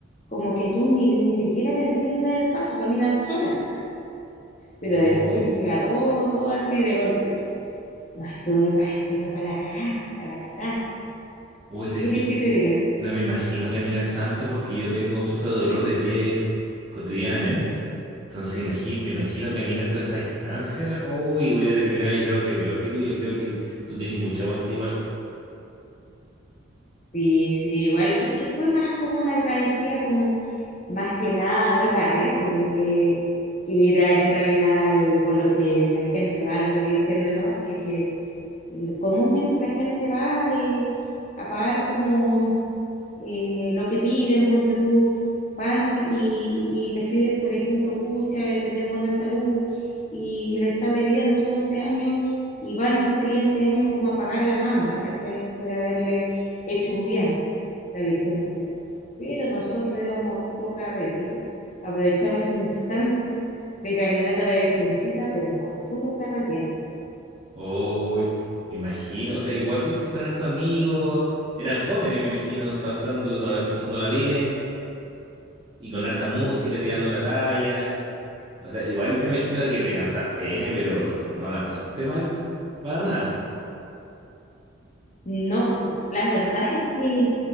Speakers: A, on the left; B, on the right.
A: como que tú ni, ni siquiera pensás en dar el paso, caminan solas, pero
B: Uy,
A: después llega todo, todo así de golpe. No, estuve pa- pero para la cagá, para la cagá.
B: uy,
A: ¿Qué
B: sabes
A: querés
B: que
A: que te diga?
B: no me imagino caminar tanto porque yo tengo, sufro de dolor de pie cotidianamente. Entonces imagi- me imagino caminar toda esa distancia. Uy, hubiera terminado yo creo que peor que tú. Yo creo que tú tenés mucho aguante igual.
A: Sí, sí, igual es que fue más como una travesía, como más que nada de carrete, que, que ir a- en realidad eh, por lo que la gente va, lo que dicen de los que, que comúnmente la gente va eh, a pagar como eh, lo que piden, ponte tú, van y, y les piden, por ejemplo, pucha, de tener buena salud y, les sale bien todo ese año y van el siguiente año como a pagar la manta, ¿cachai? Por haberle hecho un bien la Virgencita. Pero nosotros íbamos a puro carretear, aprovechamos esa instancia de caminata a la Virgencita, pero para puro carretear.
B: Uy, me imagino, o sea, igual fuiste con harto amigos, eran jóvenes, me imagino, pasándolo, pasándola bien y con harta música, tirando la talla. O sea, igual me imagino de que te cansaste N, pero no la pasaste mal para nada.
A: No, la verdad es que,